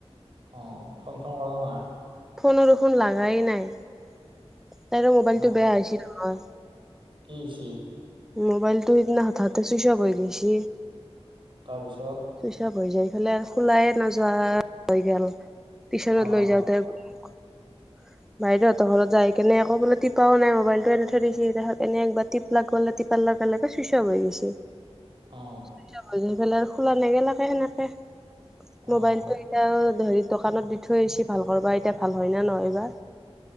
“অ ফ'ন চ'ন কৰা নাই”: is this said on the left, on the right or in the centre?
Right